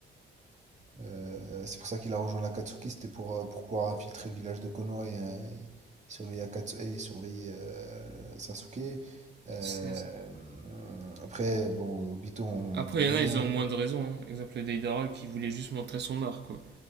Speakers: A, on the right (about 35°); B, on the right (about 60°).
A: Euh, c'est pour ça qu'il a rejoint l'Akatsuki, c'était pour, euh, pour pouvoir infiltrer le village de Konoha et, euh, et surveiller, Akatsu- et surveiller euh, Sasuke. Euh,
B: c'est-
A: après, bon, Obito, on
B: Après,
A: le connaît.
B: il y en a, ils ont moins de raisons. hein. Exemple, Deidara qui voulait juste montrer son art, quoi.